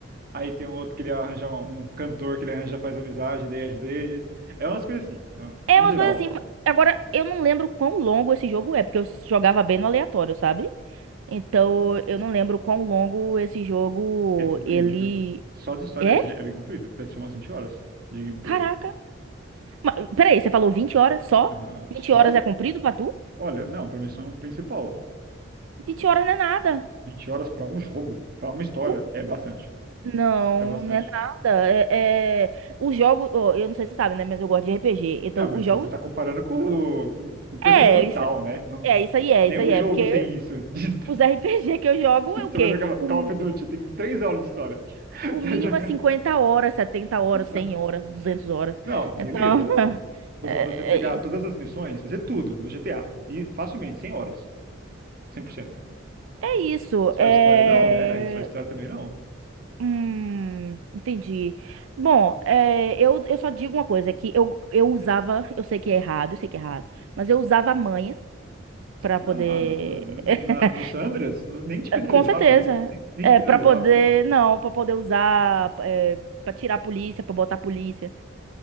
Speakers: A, on the right (about 50°); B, on the right (about 85°).
A: aí tem um outro que ele arranja um, um cantor que ele arranja, faz amizade, daí ajuda ele. É umas coisas assim, é um-
B: É
A: em
B: umas
A: geral.
B: coisas assim. ma- Agora, eu não lembro quão longo esse jogo é, porque eu jogava bem no aleatório, sabe? Então, eu não lembro quão longo esse jogo
A: É comprido,
B: ele
A: viu? Só de história
B: é.
A: é é bem comprido. Deve ser umas 20 horas de gameplay.
B: Caraca. Mas, peraí, você falou 20 horas só?
A: Aham.
B: 20
A: Só?
B: horas é comprido pra tu?
A: Olha, não, pra missão principal.
B: Vinte horas não é nada.
A: vinte horas pra um jogo, pra uma história,
B: O-
A: é bastante.
B: Não,
A: É bastante.
B: não é nada. É, é... O jogo, ó, eu não sei se você sabe, né? Mas eu gosto de RPG. Então,
A: Não, mas
B: os jogos.
A: aí você tá comparando com, com, com coisa
B: É,
A: brutal,
B: isso,
A: né? Não,
B: é, isso aí é,
A: nenhum
B: isso aí é.
A: jogo
B: Porque
A: tem isso. de história.
B: os
A: <laughs>
B: RPG que eu jogo é o
A: Você
B: quê?
A: vai jogar
B: O
A: Call of Duty, tem 3 horas de história. <laughs>
B: O
A: Você
B: mínimo
A: vai jogar.
B: é 50 horas, 70 horas,
A: Não,
B: 100 horas, 200 horas.
A: não,
B: Então,
A: beleza.
B: <laughs>
A: Vou
B: é,
A: pra você pegar
B: é isso.
A: todas as missões, fazer tudo no GTA. E facilmente, 100 horas. cem por cento.
B: É isso.
A: Só
B: É...
A: a história não, né? Aí só a história também não.
B: Hum, entendi. Bom, é, eu, eu só digo uma coisa, é que eu, eu usava, eu sei que é errado, eu sei que é errado, mas eu usava a manha pra
A: Não,
B: poder...
A: ah, não. Na,
B: <laughs>
A: no Sandras, nem te penalizar
B: Com certeza.
A: por isso. Nem, nem
B: É,
A: te penalizar
B: para poder...
A: por isso.
B: Não, pra poder usar... É, pra tirar a polícia, pra botar a polícia.